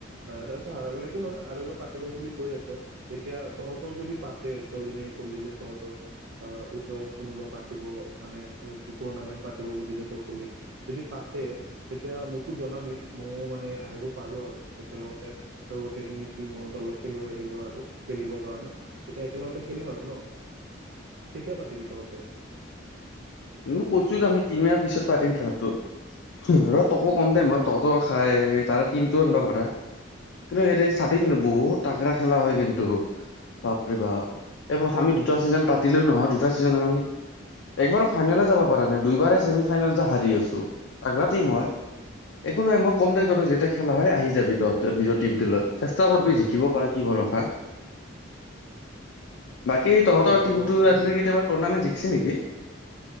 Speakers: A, on the right; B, on the left.
A: অ তাৰ পিছত হাৰা গলে একো নহয় আৰু এবাৰ পাতিব বুলি কৈ আছে এতিয়া তহঁতৰ যদি পাতে তই যেনে। কলি যে তহঁতৰ। অ ওচৰত কোনোবা পাতিব মানে টুৰ্ণামেন্ট পাতিব বুলি যে তই কলি তেতিয়া মোকো জনাবি মইও মানে আহিব পাৰো আৰু একেলগতে ধ গোটেইখিনি টিম দলকে লৈ আহিলো আৰু খেলিবৰ কাৰণে তেতিয়া একেলগতে খেলিম আৰু ন কেতিয়া পাতিবি তহঁতে?
B: ম কৈছো আমি তিনি মাহৰ পিছত পাতিম খেলটো। ৰ তকো কম দে মই তহঁতৰ খাই তাৰে টিমটোও আনিবা পাৰা। কিন্তু হেৰে চাবি কিন্তু বহুত টাগ্ৰা খেলা হয় কিন্তু। বাপৰে বাপ এই প্ৰথ আমি দুটা ছিজন পাতিলেও নহয় দুটা ছিজনত আমি একবাৰ ফাইনেল যাব পাৰা নাই দুইবাৰে ছেমি ফাইনেল হাৰি আছো তাগ্ৰা হয় একো নাই মই কম দে তহঁত যেতিয়া খেলা হয় আহি যাবি তহঁতেওঁ টিমটো লৈ চেষ্টা কৰি জিকিব পাৰে কি ৰখা
A: <inaudible>
B: বাকী তহঁতৰ
A: অ'
B: টিমটো
A: ময়ো খেলিম।
B: আজিলেকে কেতিয়াবা টুৰ্ণামেণ্ট জিকিছে নেকি